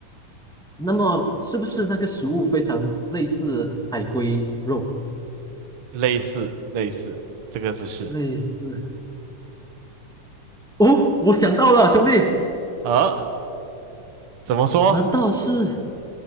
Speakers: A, in the centre; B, on the right.
A: 那么是不是那个食物非常类似海龟肉，
B: 类似类似，这个是是，
A: 类似？哦，我想到了，兄弟，
B: 呃，怎么说？
A: 难道是？